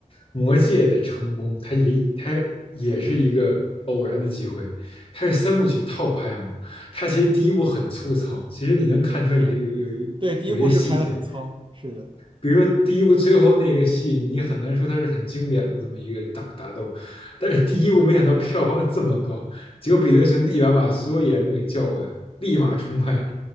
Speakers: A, on the left (about 40°); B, on the right (about 35°).
A: 魔戒的成功，它也它也是一个偶然的机会。它是三部曲套拍嘛，它其实第一部很粗糙，其实你能看出来有有有
B: 是，对，第一部是拍的很糙，
A: 有一些细节，
B: 是的。
A: 比如说第一部最后那个戏，你很难说它是很经典的这么一个打打斗，但是第一部没想到票房这么高，结果彼得熊立马把所有演员都给叫过来，
B: 是。
A: 立马重拍，